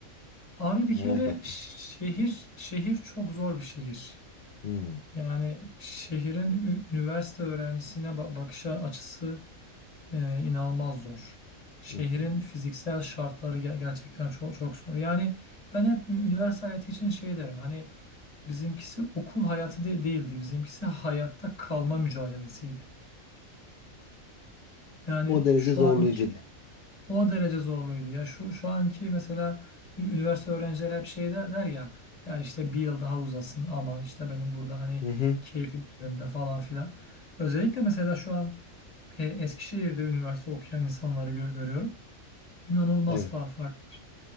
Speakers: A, on the left; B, on the left.
A: abi bir
B: Merak
A: kere
B: ettim.
A: şehir şehir çok zor bir şehir.
B: Hı
A: Yani şehrin ü- üniversite öğrencisine ba- bakış açısı e, inanılmaz zor. Şehrin
B: hı. hı.
A: fiziksel şartları ge- gerçekten çok çok zor. Yani ben hep ü- üniversite hayatı için şey derim. Hani Bizimkisi okul hayatı de değildi. Bizimkisi hayatta kalma mücadelesiydi. Yani
B: O derece
A: şu
B: zorlayıcı
A: anki
B: de.
A: o derece zorluydu. Ya şu şu anki mesela ü- üniversite öğrencileri hep şey de- der ya ya işte bir yıl daha uzasın ama işte benim burada hani
B: Hı hı.
A: keyfim yerinde falan filan. Özellikle mesela şu an e, Eskişehir'de üniversite okuyan insanları gö- görüyorum. İnanılmaz
B: Evet.
A: fa fark var.